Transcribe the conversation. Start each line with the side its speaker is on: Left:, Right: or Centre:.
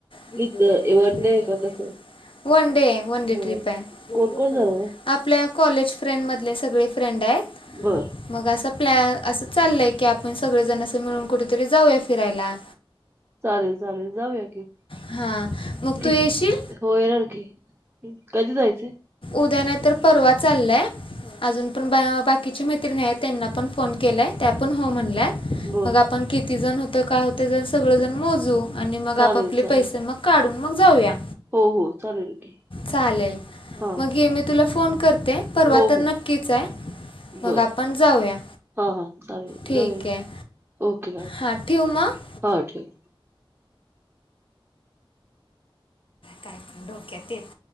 Left: <unintelligible>
Right: इथं वन डे आहे का कसं आहे
Left: वन डे वन डे
Right: बर
Left: ट्रिप आहे
Right: कोण
Left: <unintelligible>
Right: कोण जाणार आहे
Left: आपल्या कॉलेज फ्रेंडमधले सगळे फ्रेंड आहे
Right: बर
Left: मग असं प्लॅ असं चाललंय की आप मण सगळेजणस मिळून कुठेतरी जाऊया फिरायला.
Right: चालेल चालेल जाऊया की
Left: हां मग
Right: कि
Left: तू येशील?
Right: हो येणारकी कधी जायचे?
Left: उद्या नाही तर परवा चाललाय. अजून पण बा कीची मित्रिणी आहे त्यांना पण फोन केलाय त्या पण हो म्ह
Right: बर
Left: मग आपण किती जण होते काय होते ते सगळेजण मोजू. आणि मग
Right: चालेल
Left: आपापले
Right: चालेल
Left: पैसे मग काढून मग जाऊया.
Right: हो हो चालेल की
Left: चालेल
Right: हा
Left: मग ये मी तुला फोन करते परवा
Right: हो
Left: तर
Right: हो
Left: नक्कीच आहे मग
Right: बर
Left: आपण जाऊया
Right: हा हा चालेल
Left: ठीक
Right: जाऊया
Left: आहे
Right: ओके ह
Left: हां ठेवू मग
Right: हो ठीक
Left: काय पण डोक्या तेच